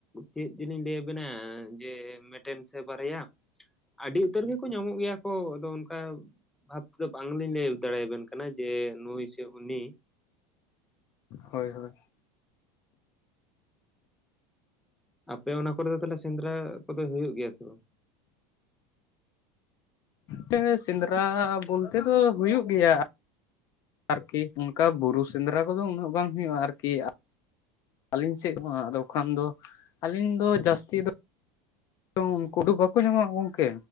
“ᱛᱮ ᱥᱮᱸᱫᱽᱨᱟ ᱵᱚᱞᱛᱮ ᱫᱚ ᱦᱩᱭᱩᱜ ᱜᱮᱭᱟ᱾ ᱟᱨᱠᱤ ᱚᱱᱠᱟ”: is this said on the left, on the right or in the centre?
Left